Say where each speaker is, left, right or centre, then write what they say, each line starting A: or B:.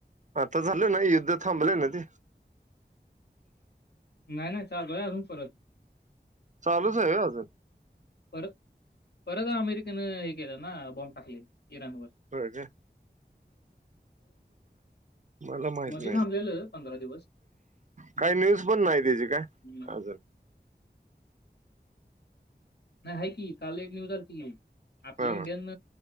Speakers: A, on the right (about 45°); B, on the left (about 65°).
A: आता झालं ना, युद्ध थांबलंय ना ते?
B: नाही- नाही चालूऐ अजून परत.
A: चालूच आहे होय अजून?
B: परत परत अमेरिकेनं हे केलं ना, बॉम्ब टाकले इराणवर.
A: होय काय? मला माहित
B: ते थांबलेलं पंधरा दिवस‌.
A: काही न्यूज पण नाही त्याची काय?
B: हम्म.
A: अजून.
B: नाही आहे की. काल एक न्यूज आलती की आपल्या
A: हा
B: इंडियन